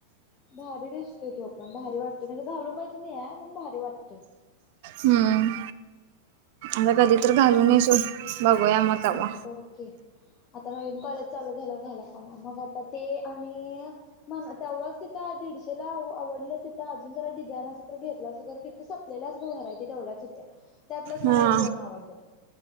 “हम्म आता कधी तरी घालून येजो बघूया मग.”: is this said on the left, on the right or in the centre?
Right